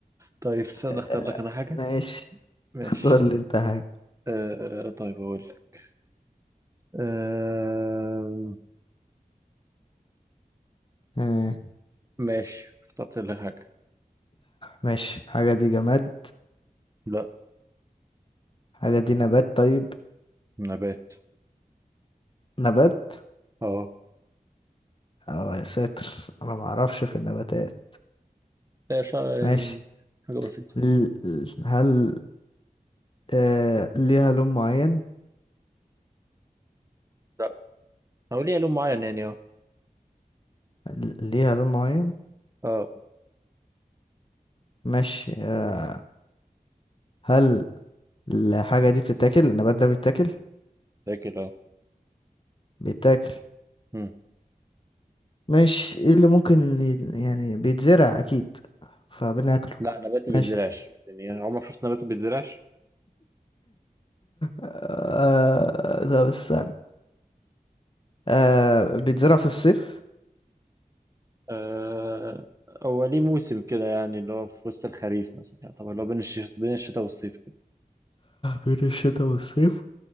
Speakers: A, on the right; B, on the left.
A: طيب استنى
B: آه،
A: اختار لك انا حاجة
B: ماشي
A: ماشي
B: اختار لي انت حاجة
A: آه طيب اقول لك آه
B: آه.
A: ماشي اخترت لك حاجة
B: ماشي الحاجة دي جماد
A: لا
B: حاجة دي نبات طيب
A: نبات
B: نبات
A: اه
B: اه يا ساتر انا ما اعرفش في النباتات
A: لا شا... يعني
B: ماشي
A: حاجة بسيطة
B: ال- ال- هل آه ليها لون معين
A: لا أو ليه لون معين يعني اه
B: ال- ليها لون معين
A: اه
B: ماشي آه هل الحاجة دي بتتاكل النبات ده بيتاكل
A: فاكر اه
B: بيتاكل
A: مم.
B: ماشي ايه اللي ممكن ي- يعني بيتزرع اكيد فبناكله
A: لا نبات ما
B: ماشي
A: بيتزرعش يعني عمرك شفت نبات ما بيتزرعش
B: آه طب استنى آه بيتزرع في الصيف
A: آه... هو ليه موسم كده يعني اللي هو في وسط الخريف مثلا يعني طبعا اللي هو بين الشتاء بين الشتاء والصيف كده
B: بين الشتاء والصيف